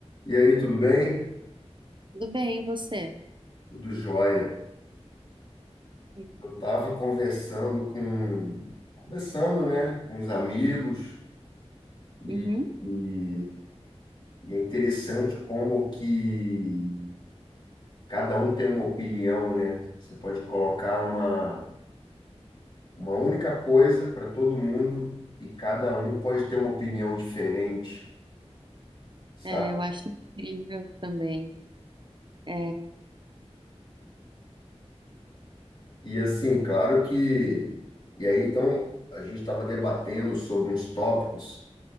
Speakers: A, on the left (about 45°); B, on the right (about 45°).
A: E aí, tudo bem?
B: Tudo bem, e você?
A: Tudo jóia.
B: Uhum.
A: Eu estava conversando com, conversando, né, com os amigos e,
B: Uhum.
A: e- e é interessante como que cada um tem uma opinião, né? Você pode colocar uma, uma única coisa para todo mundo e cada um pode ter uma opinião diferente, sabe?
B: É, eu acho incrível também. É...
A: E assim, claro que... E aí, então, a gente estava debatendo sobre uns tópicos